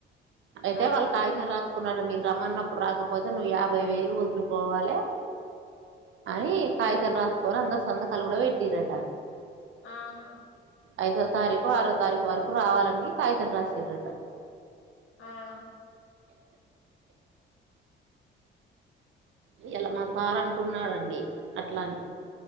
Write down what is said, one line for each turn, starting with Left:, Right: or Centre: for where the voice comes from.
Right: అయితే
Left: ఆ
Right: వాళ్ళు కాయితం రాస్ కున్నా మీరు రమ్మన్నప్పుడు రాకపోతే నువ్వు యాభై వేలు వదులుకోవాలె. అని కాయితం రాసుకొని అందరు సంతకాలు కూడా పెట్టింద్రట
Left: ఆహా
Right: ఐదో తారీఖు, ఆరో తారీఖు వరకు రావాలని కాగితం రాసిడట
Left: ఆహా
Right: ఇయ్యాల మా సార్ అంటున్నాడంండి అట్లని